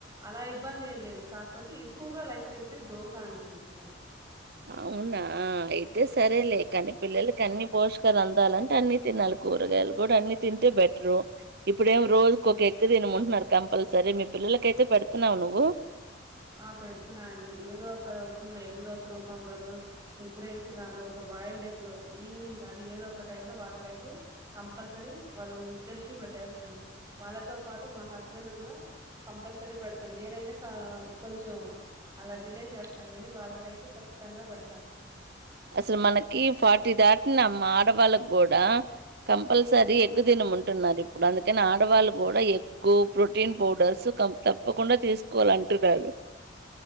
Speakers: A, on the right; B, on the right.
A: అలా ఇబ్బంది ఏం లేదు కాకపోతే ఎక్కువగా లైక్ చేసేది దోశ అంటున్నా వాళ్ళు
B: అవునా అయితే సరేలే కానీ పిల్లలకి అన్ని పోషకలు అం దాలంటే అన్ని తినాలి కూరగాయలు కూడా అన్ని తింటే బెటరు ఇప్పుడేమో రోజుకు ఒక ఎగ్ తినమంటున్నారు కంపల్సరీ మీ పిల్లలకైతే పెడతన్నావా నువ్వు
A: ఆ పెడుతున్నా అండి ఏదో ఒక రూపంలో ఎగ్ దోశ రూపంలోనో ఎగ్ రైస్ గానో ఒక బాయిల్డ్ ఎగ్ ఈవినింగ్ కానీ ఏదో ఒక టైం లో వాళ్ళకైతే కంపల్సరీ వాళ్ళు ఇద్దరికి పెట్ట ట్టేస్తాను వాళ్ళతో పాటు మా హస్బెండ్కి కూడా కంపల్సరీ పెడతాను నేనైనా కా కొంచెం అలా డిలే చేస్తాను కానీ వాళ్ళకైతే ఖచ్చితంగా పెడతాను
B: అసలు మనకి ఫార్టీ దాటినా అమ్మ ఆడవాళ్ళకూడా కంపల్సరీ ఎగ్ తిన మంటున్నారు ఇప్పుడు అందుకని ఆడవాళ్ళు కూడా ఎగ్గు ప్రోటీన్ పౌడర్స్ తప్పకుండా తీసుకోవాల అంటున్నారు